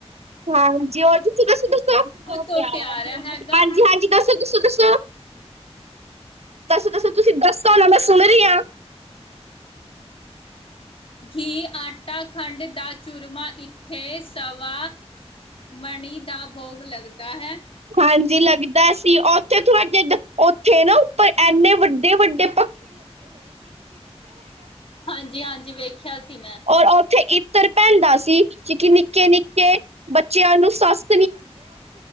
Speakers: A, on the right (about 70°); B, on the left (about 55°).
A: ਹਾਂਜੀ! ਉਹ ਜਥ ਤੁਸੀ ਦੋ ਹਾਂਜੀ-
B: ਤੋਂ ਪਿਆਰਾ ਹੈਗਾ।
A: ਹਾਂਜੀ ਦੱਸੋ -ਦੱਸੋ- ਦੱਸੋ- ਦੱਸੋ -ਦੱਸੋ ਤੁਸੀਂ ਦੱਸੋ ਨਾ ਮੈਂ ਸੁਣ ਰਹੀ ਹਾਂ।
B: ਘੀ, ਆਟਾ, ਖੰਡ ਦਾ ਚੂਰਮਾ ਇੱਥੇ ਸਵਾ ਮਣੀ ਦਾ ਭੋਗ ਲੱਗਦਾ ਹੈ।
A: ਹਾਂਜੀ ਲੱਗਦਾ ਸੀ। ਉੱਥੇ ਤੁਹਾਡੇ ਉਥੇ ਉੱਥੇ ਨਾ ਓਪਰ ਇੰਨੇ ਵੱਡੇ- ਵੱਡੇ
B: ਹਾਂਜੀ- ਹਾਂਜੀ ਵੇਖਿਆ। ਸੀ ਮੈਂ।
A: ਔਰ ਉੱਥੇ ਇੱਤਰ ਪੈਣਦਾ ਸੀ, ਕਿ ਨਿੱਕੇ- ਨਿੱਕੇ ਬੱਚਿਆਂ ਨੂੰ ਸੱਸ